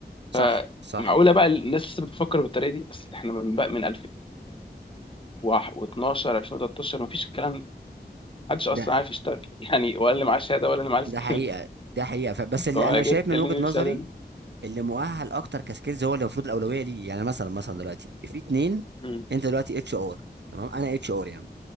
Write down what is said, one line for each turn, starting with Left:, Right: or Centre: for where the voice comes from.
Right: صح
Left: فمعقوله
Right: صح
Left: بقى الناس لسه بتفكر بالطريقه دي اصل احنا من بقى من 2012 2013 ما فيش الكلام ده محدش اصلا
Right: ده
Left: عارف يشتغل <laughs> يعني ولا اللي معاه شهاده ولا اللي معاه سكيلز
Right: ده حقيقه ده حقيقه ف- بس اللي
Left: فما
Right: انا
Left: جيت
Right: شايف
Left: تكلمني
Right: من وجهه
Left: بالشهاده
Right: نظري
Left: دي
Right: اللي مؤهل اكتر كسكيلز هو اللي المفروض الاولويه ليه يعني مثلا مثلا دلوقتي في اتنين
Left: امم
Right: انت دلوقتي اتش ار تمام انا اتش ار يعني